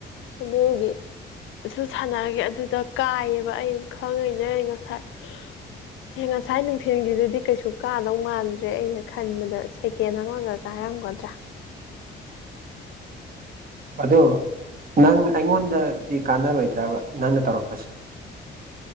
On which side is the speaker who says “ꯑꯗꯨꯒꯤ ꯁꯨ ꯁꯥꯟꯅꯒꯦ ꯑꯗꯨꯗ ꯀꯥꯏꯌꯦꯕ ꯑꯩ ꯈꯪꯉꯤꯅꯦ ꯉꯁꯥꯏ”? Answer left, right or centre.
Left